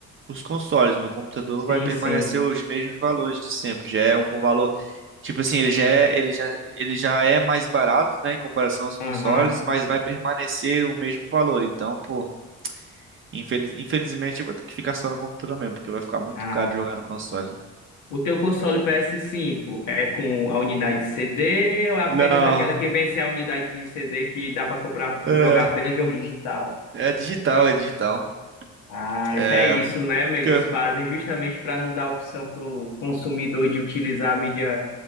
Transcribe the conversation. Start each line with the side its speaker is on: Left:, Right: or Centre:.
Right: os consoles. No computador
Left: sim,
Right: vai permanecer
Left: sim.
Right: os mesmos valores de sempre. Já é um bom valor. Tipo assim, ele já é, ele já, ele já é mais barato, né, em comparação aos consoles,
Left: Aham.
Right: mas vai permanecer o mesmo valor. Então, pô, infeliz- infelizmente eu vou ter que ficar só no computador mesmo, porque vai ficar muito
Left: Ah,
Right: caro jogar no console.
Left: o teu console PS5 é com a unidade de CD ou é apenas
Right: Não,
Left: aquela que vem sem a unidade de CD que dá para comprar,
Right: é,
Left: jogar apenas jogo digital?
Right: é digital, é digital.
Left: Ah,
Right: É,
Left: até isso, né?
Right: é porque
Left: Eles
Right: eu...
Left: fazem justamente para não dar opção para o consumidor de utilizar a mídia,